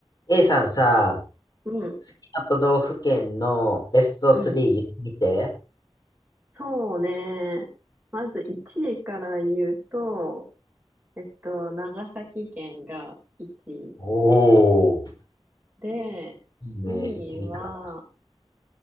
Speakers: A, on the left; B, on the right.
A: A さんさ、
B: うん、
A: 好きな都道府県のベスト3言ってみて。
B: うん。そうね。まず1位から言うと、えっと、長崎県が1位
A: おー、
B: で、
A: いいね、
B: 2位は、
A: 行ってみたかった。